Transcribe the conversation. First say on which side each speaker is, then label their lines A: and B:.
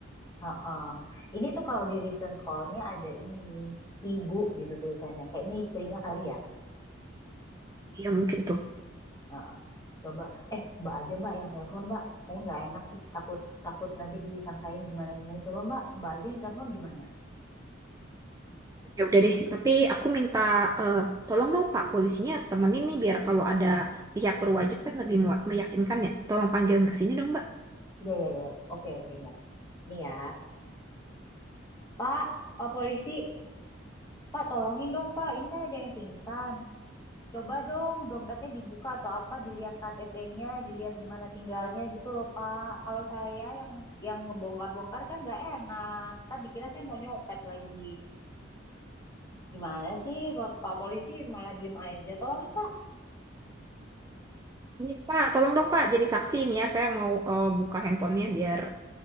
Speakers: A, on the left (about 15°); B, on the right (about 15°).
A: Heeh. Ini tuh kalau di recent call-nya ada ini, ibu gitu tulisannya. Kayaknya istrinya kali ya.
B: Ya mungkin tuh.
A: Heeh. Coba, eh mbak aja mbak yang telepon mbak. Saya nggak enak, ih takut takut nanti disangkain gimana-gimana. Coba mbak, mbak aja yang telepon gimana?
B: Ya udah deh. Tapi aku minta eh, tolong dong Pak polisinya temenin nih biar kalau ada pihak berwajib kan lebih muat- meyakinkan ya. Tolong panggilin ke sini dong Mbak.
A: Iya, iya, iya. iya. Oke, oke mbak. Nih ya. Pak, pak polisi. Pak tolongin dong pak, ini kan ada yang pingsan. Coba dong dompetnya dibuka atau apa dilihat KTP-nya, dilihat di mana tinggalnya gitu loh Pak. Kalau saya yang yang ngebongkar-bongkar kan nggak enak. Ntar dikira saya mau nyopet lagi. Gimana sih Pak Pak Polisi malah diem aja. Tolongin Pak.
B: Ini Pak, tolong dong Pak, jadi saksi ini ya. Saya mau eh, buka handphonenya biar